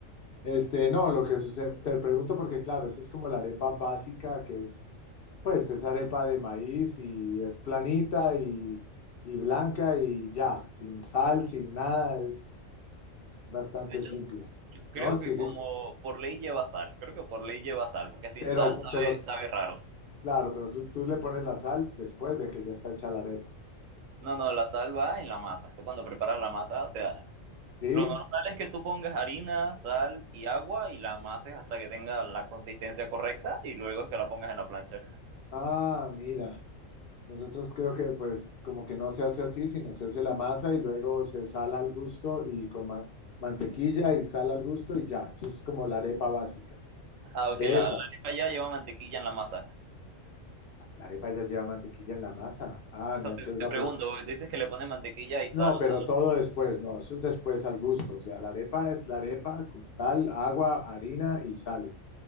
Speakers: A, on the left (about 55°); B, on the right (about 80°).
A: Este, no, lo que sucede, te pregunto porque claro, esa es como la arepa básica que es, pues es arepa de maíz y es planita y, y blanca y ya, sin sal, sin nada, es... Bastante
B: De hecho,
A: simple,
B: yo creo
A: ¿no? Que,
B: que
A: que-
B: como por ley lleva sal, creo que por ley lleva sal, porque sin
A: pero,
B: sal
A: pero,
B: sabe, sabe raro.
A: claro, pero su- tú le pones la sal después de que ya está hecha la arepa,
B: No, no, la sal va en la masa. Tú cuando preparas la masa, o sea,
A: ¿sí?
B: lo normal es que tú pongas harina, sal y agua y la amases hasta que tenga la consistencia correcta y luego es que la pongas en la plancha.
A: Ah, mira, nosotros creo que pues como que no se hace así, sino se hace la masa y luego se sala al gusto y con ma- mantequilla y sal al gusto y ya, eso es como la arepa básica,
B: Ah,
A: de
B: ok, la,
A: esas.
B: la arepa ya lleva mantequilla en la masa.
A: La arepa ya lleva mantequilla en la masa. Ah,
B: O sea,
A: no,
B: te,
A: entonces
B: te
A: la
B: pregunto,
A: pre-
B: dices que le pones mantequilla y sal.
A: No, pero todo después, no, eso es después al gusto, o sea, la arepa es la arepa como tal, agua, harina y sale.